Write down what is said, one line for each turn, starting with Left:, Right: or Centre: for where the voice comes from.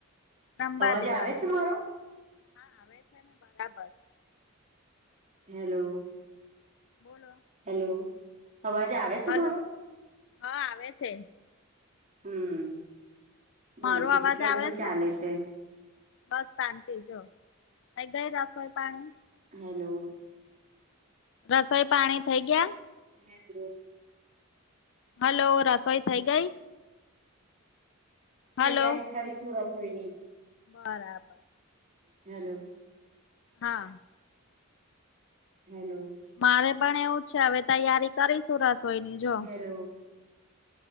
Left: રંબા
Right: અવાજ
Left: દેવાનું
Right: આવે છે મારો
Left: હા આવે છે ને બરાબર
Right: હેલો
Left: બોલો
Right: હેલો અવાજ આવે છે
Left: હલો
Right: મારો
Left: હા આવે છે
Right: હમ બોલો
Left: મારો
Right: બીજું
Left: અવાજ
Right: કેમનું
Left: આવે
Right: ચાલે છે
Left: બસ શાંતિ જો થઈ ગઈ રસોઈ પાણી
Right: હેલો
Left: રસોઈ પાણી થઈ ગયા
Right: હ <inaudible>
Left: હલો રસોઈ થઈ ગઈ હલો
Right: તૈયારી જ કરીશ હું રસોઈની
Left: બરાબર
Right: હેલો
Left: હા
Right: હેલો
Left: મારે પણ એવું છે હવે તૈયારી કરીશ હું રસોઈની જો
Right: હલો